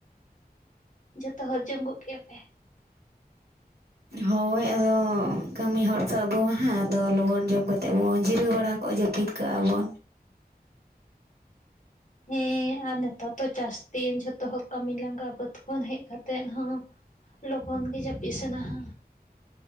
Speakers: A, on the left; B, on the right.
A: ᱡᱚᱛᱚ ᱦᱚᱲ ᱡᱚᱢ ᱜᱚᱜ ᱠᱮᱜᱼᱟ ᱯᱮᱼᱼ <inaudible>
B: ᱦᱳᱭ ᱟᱫᱚ ᱠᱟᱹᱢᱤ ᱦᱚᱲ ᱛᱚ ᱟᱵᱚ ᱢᱟ ᱦᱟᱸᱜ ᱟᱫᱚ ᱞᱚᱜᱚᱱ ᱡᱚᱢ ᱠᱟᱛᱮᱫ ᱵᱚᱱ ᱡᱤᱨᱟᱹᱣ ᱵᱟᱲᱟᱣᱟ ᱠᱚᱜ ᱡᱟᱹᱯᱤᱫ ᱠᱟᱜᱼᱟ ᱵᱚᱱᱼᱼ
A: ᱦᱮᱸ ᱟᱨ ᱱᱮᱛᱟᱨ ᱫᱚ ᱪᱟᱥ ᱫᱤᱱ ᱡᱷᱚᱛᱚ ᱦᱚᱲ ᱠᱟᱹᱢᱤ ᱞᱟᱸᱜᱟ ᱵᱟᱹᱫᱽ ᱠᱷᱚᱱ ᱦᱮᱡ ᱠᱟᱛᱮᱜ ᱦᱚᱸᱼᱼ ᱞᱚᱜᱚᱱ ᱜᱮ ᱡᱟᱹᱯᱤᱫ ᱥᱟᱱᱟᱦᱟ